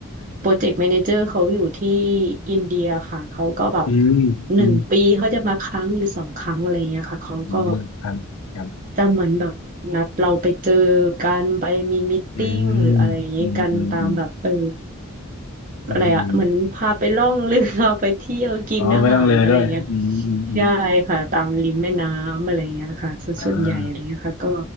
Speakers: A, on the right; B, on the left.
A: โปรเจกต์แมเนเจอร์เขาอยู่ที่อินเดียค่ะ เขาก็แบบ
B: อืมอื
A: หนึ่งปีเขาจะมาครั้งหรือสองครั้งอะไรเงี้ยค่ะ เขาก็
B: มอืมครับครับ
A: จะเหมือนแบบนัดเราไปเจอกันไปมีมิทติ้งหรืออะไรอย่างเงี้ยกันตามแบบเออ
B: อืมอืมอืมอืมอืมอืม
A: อะไรอะเหมือนพาไปล่องเรือ <laughs> ไปเที่ยวกินอาหารอะไรเงี้ย
B: อ๋อไม่ต้องเลอด้วยอืมอืมอืม
A: ใช่ค่ะตามริมแม่น้ำอะไรเงี้ยค่ะส่วนส่วนใหญ่อะไรเงี้ยค่ะก็
B: อ่า